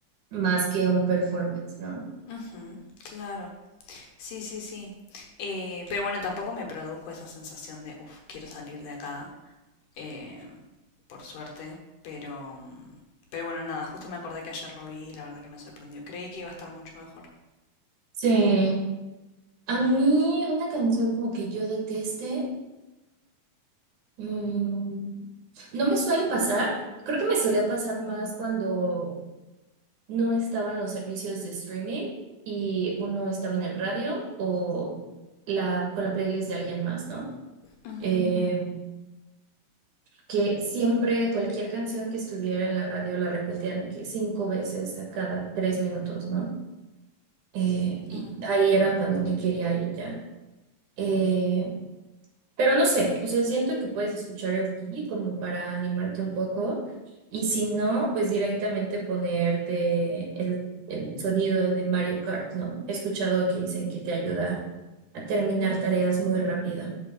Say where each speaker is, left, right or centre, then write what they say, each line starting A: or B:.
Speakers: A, on the right; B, on the left.
A: más que un performance, ¿no?
B: Ujú, claro, sí, sí, sí. Eh, pero bueno, tampoco me produjo esa sensación de, uff, quiero salir de acá. eh, por suerte, pero, mm, pero bueno, nada, justo me acordé que ayer lo vi y la verdad que me sorprendió. Creí que iba a estar mucho mejor.
A: Sí, a mí una canción como que yo deteste, mm, no me suele pasar, creo que me solía pasar más cuando no estaban los servicios de streaming y uno estaba en el radio o la, con la playlist de alguien más, ¿no?
B: Ujú.
A: Eh, que siempre cualquier canción que estuviera en la radio la repetían de que cinco veces a cada tres minutos, ¿no? Eh, y
B: Mm.
A: ahí era cuando me quería ir ya. Eh, Pero no sé, o sea, siento que puedes escuchar el pi como para animarte un poco y si no, pues directamente ponerte el, el sonido de Mario Kart, ¿no? He escuchado que dicen que te ayuda a terminar tareas muy rápido.